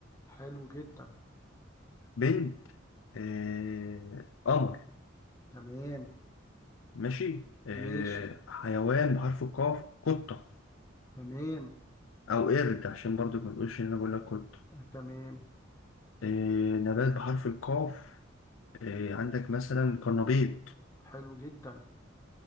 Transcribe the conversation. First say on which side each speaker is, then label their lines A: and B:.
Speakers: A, on the left; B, on the left.
A: حلو جدا
B: بنت آه قمر
A: تمام
B: ماشي آه
A: ماشي
B: حيوان بحرف القاف قطة
A: تمام
B: أو قرد عشان برضو ما تقولش إن أنا بقول لك قطة
A: تمام
B: آه نبات بحرف القاف آه عندك مثلا قرنبيط
A: حلو جدا